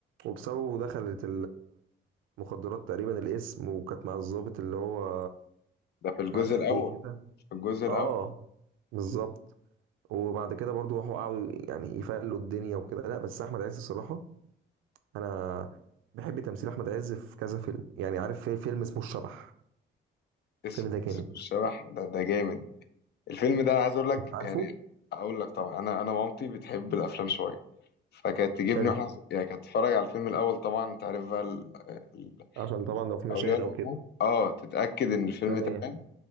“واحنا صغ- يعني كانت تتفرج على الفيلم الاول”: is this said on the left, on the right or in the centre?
Left